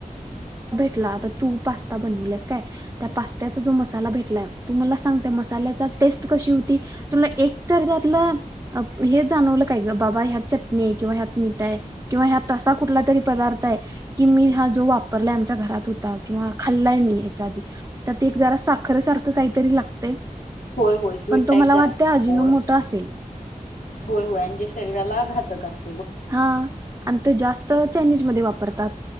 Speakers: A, on the right (about 20°); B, on the left (about 70°).
A: तूला आता तू पास्ता बनवल्यास काय? त्या पास्त्याचा जो मसाला भेटलाय, तू मला सांग त्या मसाल्याचा टेस्ट तू कशी होती? तुला एक तर त्यातलं हे जाणवलं काय ग? बाबा ह्यात चटणी आहे किंवा ह्यात मीठ हाय किंवा ह्यात असा कुठला तरी पदार्थ हाय कि, मी हा जो वापरलाय, आमच्या घरात होता किंवा खाल्लाय मी याच्या आधी, तर एक जरा साखर सारख काहीतरी लागतय.
B: होय होय स्वीट
A: पण तो
B: टाईप
A: मला
B: जरा
A: वाटत अजिनो
B: गोड.
A: मोठा असेल
B: होय होय आणि जे शरीराला घातक असत.
A: हा आणि ते जास्त चाइनीज मध्ये वापरतात.